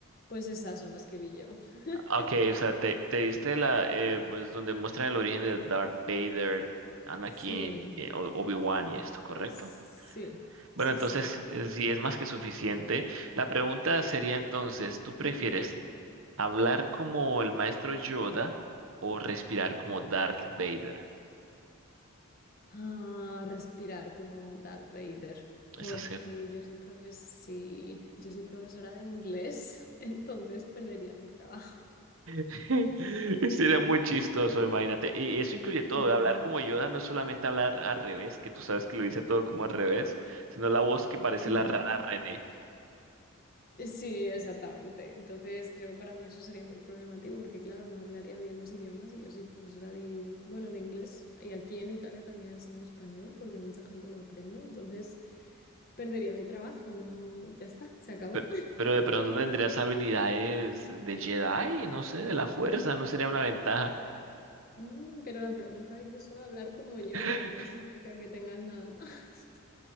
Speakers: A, on the left; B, on the right.
A: pues esas son las que vi yo. <laughs>
B: Ok, o sea, te, te diste la, eh, pues donde muestran el origen de Darth Vader, Anakin,
A: Sí,
B: y, eh, O- Obi-Wan y esto, ¿correcto?
A: sí,
B: Bueno,
A: sí,
B: entonces,
A: sí.
B: eh, sí, es más que suficiente. La pregunta sería entonces, ¿tú prefieres hablar como el maestro Yoda o respirar como Darth Vader?
A: Ah, respirar como Darth Vader, porque
B: Esa
A: yo soy profes sí, yo soy profesora de inglés, <laughs> entonces perdería mi trabajo.
B: <laughs> Sería muy chistoso, imagínate. Y eso incluye todo,
A: Mm,
B: ¿eh? hablar como Yoda no es solamente hablar al revés, que tú sabes que lo dice todo como al revés, sino la voz que parece
A: ujú.
B: la rara René.
A: Sí, exactamente. Entonces, creo que para mí eso sería muy problemático porque, claro, no hablaría bien los idiomas y yo soy profesora de, bueno, de inglés y aquí en Italia también enseño español porque mucha gente lo aprende. Entonces, perdería mi trabajo, no, ya está, se acabó.
B: Pero,
A: <laughs>
B: pero de pronto tendrías habilidades de Jedi, no sé, de la fuerza, no sería una ventaja.
A: Mm, pero la pregunta dice solo hablar como Yoda,
B: <laughs>
A: no significa que tengas nada más.